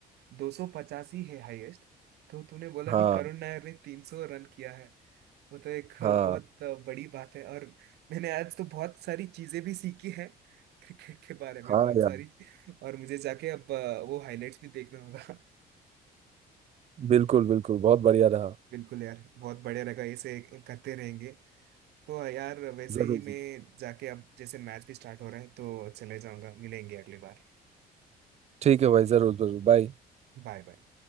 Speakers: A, on the right; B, on the right.
A: दो सौ पचासी है हाईएस्ट तो तूने बोला
B: हाँ
A: कि करुण नायर ने तीन सौ रन किया है वो तो एक
B: हाँ
A: बहुत बड़ी बात है और मैंने आज तो बहुत सारी चीजें भी सीखी है क्रिकेट के बारे में
B: हाँ
A: बहुत
B: यार
A: सारी और मुझे जाके अब अ, वो हाइलाइट्स भी देखना होगा
B: बिल्कुल बिल्कुल बहुत बढ़िया
A: <laughs>
B: रहा
A: बिल्कुल यार बहुत बढ़िया लगा ऐसे करते रहेंगे तो यार वैसे
B: जरूर
A: ही मैं जाके अब जैसे मैच भी स्टार्ट हो रहा है तो चले जाऊंगा मिलेंगे अगली बार
B: ठीक है भाई जरूर जरूर बाय
A: Bye bye